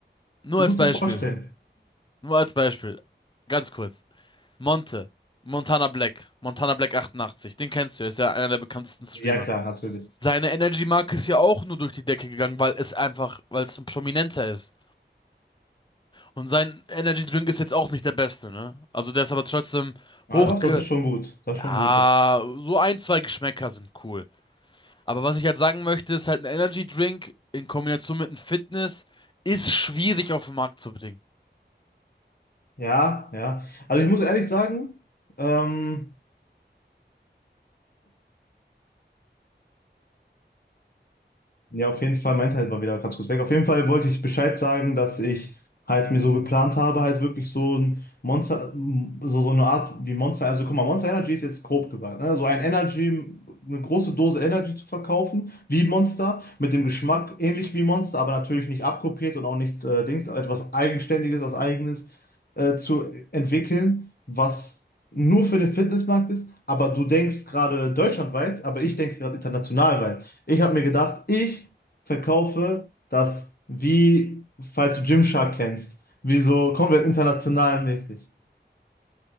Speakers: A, on the left (about 25°); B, on the left (about 55°).
A: nur
B: Du
A: als
B: musst
A: Beispiel,
B: dir vorstellen.
A: nur als Beispiel, ganz kurz. Monte, Montana Black, Montana Black 88, den kennst du, ist ja einer der bekanntesten Streamer.
B: Ja, klar, natürlich.
A: Seine Energy-Marke ist ja auch nur durch die Decke gegangen, weil es einfach, weil es ein Prominenter ist. Und sein Energy Drink ist jetzt auch nicht der beste, ne? Also der ist aber trotzdem
B: Ah,
A: hochge...
B: doch, das ist schon gut. Das
A: Ja,
B: ist schon gut. Das.
A: so ein, zwei Geschmäcker sind cool. Aber was ich halt sagen möchte, ist halt ein Energy Drink in Kombination mit einem Fitness ist schwierig auf den Markt zu bringen.
B: Ja, ja. Also ich muss ehrlich sagen, ähm, Ja, auf jeden Fall, mein Internet war wieder ganz kurz weg. Auf jeden Fall wollte ich Bescheid sagen, dass ich halt mir so geplant habe, halt wirklich so ein Monster, so, so eine Art wie Monster, also guck mal, Monster Energy ist jetzt grob gesagt, ne? So ein Energy, eine große Dose Energy zu verkaufen, wie Monster, mit dem Geschmack ähnlich wie Monster, aber natürlich nicht abkopiert und auch nichts äh, Dings, etwas Eigenständiges, was Eigenes äh, zu entwickeln, was nur für den Fitnessmarkt ist, aber du denkst gerade deutschlandweit, aber ich denke gerade international weit. Ich habe mir gedacht, ich verkaufe das wie, falls du Gymshark kennst, wie so komplett international mäßig.